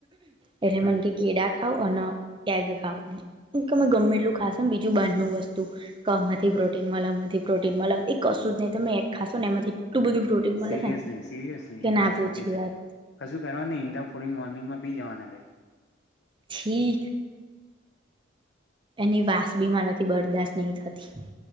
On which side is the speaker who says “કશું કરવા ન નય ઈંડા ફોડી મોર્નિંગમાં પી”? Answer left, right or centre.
Left